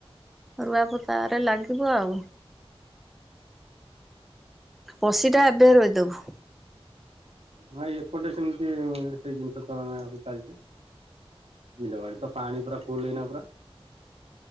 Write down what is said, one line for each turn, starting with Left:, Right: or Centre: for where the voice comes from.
Centre: ରୁଆ ପୋତାରେ ଲାଗିବୁ ଆଉ। ପଶି ଟା ଏବେ ରୋଇଦବୁ।
Right: ଭାଇ ଏପଟେ ସେମିତି ସେଇ ଜିନିଷ ତ ଚାଲିଛି। <unintelligible> ତ ପାଣି ପୁରା ଫୁଲ୍ ଏଇନା ପୁରା।